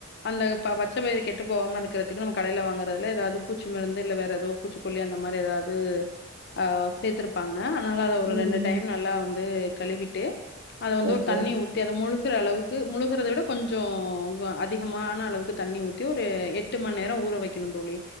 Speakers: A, on the left; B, on the right.
A: அந்த ப பச்ச பயிறு கெட்டுபோவாம இருக்கறத்துக்கு நம்ப கடைல வாங்கற துல எதாவ்து பூச்சி மருந்து இல்ல வேற எதோ பூச்சிக்கொல்லி அந்த மாரி எதாவ்து அ சேத்துருப்பாங்க அதனால அத ஒரு
B: ம்
A: ரெண்டு
B: ம்
A: டைம் நல்லா வந்து கழுவிட்டு அத வந்து
B: ஓகே
A: ஒரு தண்ணி ஊத் தி அது முழுகிற அளவுக்கு முழுகிறத விட கொஞ்சோ அதிகமான அளவுக்கு தண்ணி ஊத்தி ஒரு எட் ட்டு மண்நேர ஊறவக் கிணு தோழி